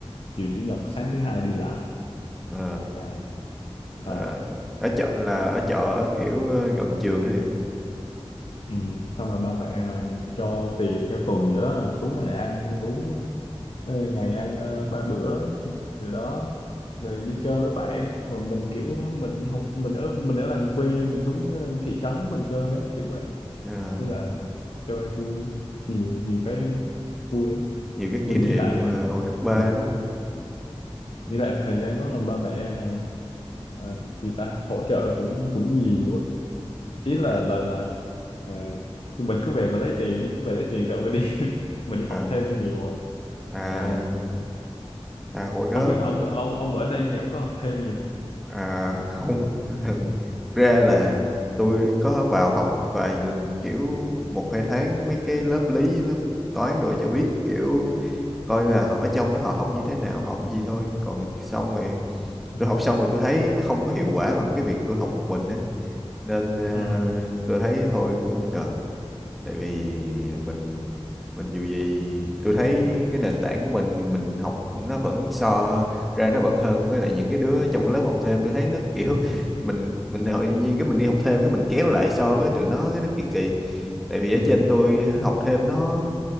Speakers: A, on the left; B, in the centre.
A: chiều chủ nhật sáng thứ hai đi lại
B: ờ,
A: vậy
B: là
A: ờ
B: ở chợ là ở chợ kiểu ờ, gần trường này
A: ừ. xong rồi ba mẹ ờ, cho tiền theo tuần vậy đó xuống rồi ăn uống ờ, ngày ăn ờ, ba bữa rồi đó rồi đi chơi với bạn mà mình kiểu mình học mình ở mình ở làng quê mình xuống ờ, thị trấn mình chơi á, kiểu vậy
B: Ờ,
A: nên là chơi vui nhiều nhiều cái vui lắm.
B: nhiều cái
A: mình
B: kỷ niệm
A: nghĩ lại
B: ờ,
A: thì-
B: hồi cấp 3
A: ừ.
B: đúng không ừ.
A: nghĩ lại thời gian đó là ba mẹ ờ, gì ta hỗ trợ cũng cũng nhiều á. ý là
B: à,
A: là là ờ, tụi mình cứ về mà lấy tiền cứ về lấy tiền tại mình đi <laughs> mình đi
B: à,
A: học thêm nhiều á
B: à,
A: ờ,
B: à hồi đó
A: không biết là ông ông ông ở đây thì ông có học thêm nhiều không
B: À, không thường thực ra là tôi có vào học vài lần, kiểu một hai tháng mấy cái lớp lý lớp toán đồ cho biết kiểu coi là họ ở trong đó họ học như thế nào học cái gì thôi còn xong rồi
A: ừ.
B: tôi học xong rồi tôi thấy nó không có hiệu quả bằng cái việc tôi học một mình á nên ờ,
A: Ừ.
B: tôi thấy thôi cũng không cần tại vì mình mình dù gì tôi thấy cái nền tảng của mình mình học nó vẫn so ra nó vẫn hơn với lại những cái đứa trong lớp học thêm tôi thấy nó <laughs> kiểu mình mình tự nhiên cái mình đi học thêm cái mình kéo lại so với tụi nó cái nó kỳ kỳ tại vì ở
A: Ừ.
B: trên tôi học thêm nó